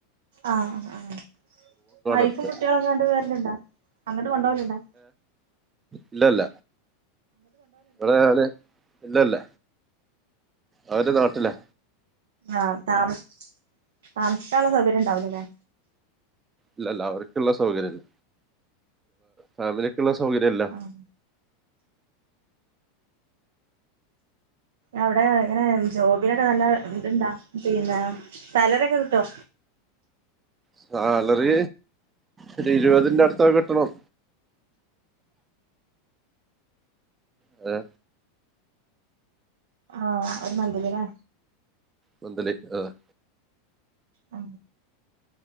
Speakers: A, on the right; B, on the right.
A: ആഹ ആഹ വൈഫും
B: അടുത്ത്
A: കുട്ടികളൊക്കെ ങ്ങട്ട് വരല്ണ്ടോഅങ്ങട്ട് കൊണ്ടോകല്ണ്ടോ
B: ഇല്ലല്ല ഇവിടെ ഞാന് ഇല്ലല്ല അവര് നാട്ടിലാ
A: ആഹ് താമസി ആണ് ക്കാള്ള. സൗകര്യം ഉണ്ടാവൂലല്ലേ
B: ഇല്ലല്ല അവർക്ക്ള്ള സൗകര്യല്ല ഫാമിലിക്ക്ള്ള സൗകര്യല്ല
A: ആഹ് അവിടെ എങ്ങനെ ജോബിനൊക്കെ നല്ല എന്തുണ്ടാ പിന്നെ സാലറി ഒക്കെ കിട്ടോ?
B: സാലറി ഒരു ഇരുപതിന്റെ അടുത്ത കിട്ടണം. അതെ.
A: ആഹ് ഒരു മന്തില് ല്ലെ?
B: മന്ത്ലി ആഹ്.
A: ആ